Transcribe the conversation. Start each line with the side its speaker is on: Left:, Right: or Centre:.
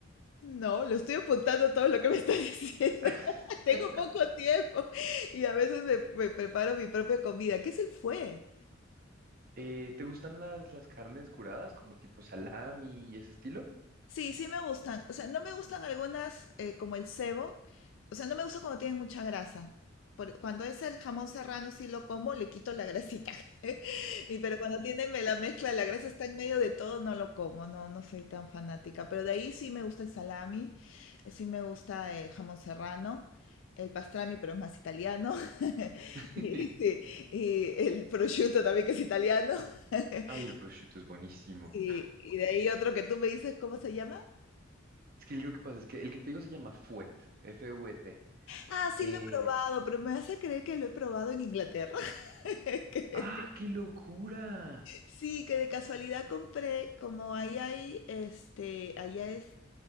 Left: No, lo estoy apuntando todo lo que me está diciendo.
Right: <laughs>
Left: <laughs> Tengo poco tiempo y a veces me, me preparo mi propia comida. ¿Qué es el fue?
Right: Eh, ¿te gustan las, las carnes curadas, como tipo salami y ese estilo?
Left: Sí, sí me gustan. O sea, no me gustan algunas eh, como el cebo. O sea, no me gusta cuando tienen mucha grasa. Por- cuando es el jamón serrano, sí lo como, le quito la grasita. <laughs> Y pero cuando tienen me- la mezcla, la grasa está en medio de todo, no lo como, no, no soy tan fanática. Pero de ahí sí me gusta el salami, eh, sí me gusta el jamón serrano, el pastrami, pero es más italiano. <laughs>
Right: <laughs>
Left: Y, sí, y el prosciutto también que es italiano. <laughs>
Right: Ay, el prosciutto es buenísimo.
Left: Sí, y de ahí otro que tú me dices, ¿cómo se llama?
Right: Es que lo que pasa es que el que te digo se llama Fuet, F-U-E-T.
Left: Ah, sí
Right: Eh,
Left: lo he probado, pero me vas a creer que lo he probado en Inglaterra. <laughs> Que-
Right: ¡ah, qué locura!
Left: Sí, que de casualidad compré, como ahí hay, este, allá es